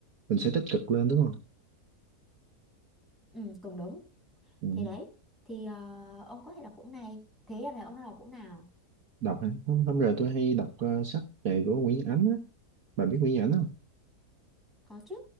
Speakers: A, on the right; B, in the centre.
A: mình sẽ tích cực lên đúng không
B: ừ cùng đúng
A: ừ.
B: thì đấy thì ờ, ông có thể đọc cuốn này thế giờ này ông đã đọc cuốn nào
A: đọc hả? Không, hôm rồi tôi hay đọc ờ, sách về của Nguyễn Nhật Ánh á bà biết Nguyễn Nhật Ánh không
B: có chứ